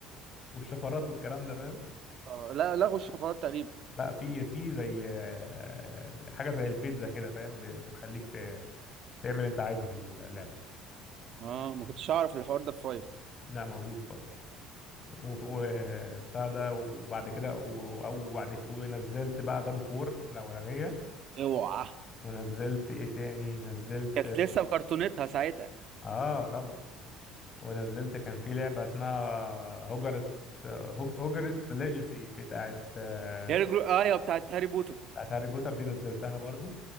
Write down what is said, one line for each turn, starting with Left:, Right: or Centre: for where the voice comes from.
Left: والشفرات والكلام ده فاهم
Right: اه لا لغوا الشفرات تقريبا
Left: لا في في زي آه، حاجه زي البيتزا كده فاهم ب- بتخليك ت- تعمل انت عايزه في اللعبه
Right: اه ما كنتش اعرف الحوار ده في فايف
Left: لا موجود طيب وبتاع ده وبعد كده و- او بعد كده ونزلت بقى جاد فور الاولانيه
Right: اوعى
Left: ونزلت ايه تاني نزلت
Right: كانت لسه بكرتونتها ساعتها
Left: اه طبعا ونزلت كان في لعبه اسمها هوجرست هوج- هوجرست ليجاسي بتاعت آه،
Right: هي الجرو... ايوه بتاعت هاري بوتر
Left: بتاعت هاري بوتر دي نزلتها برضو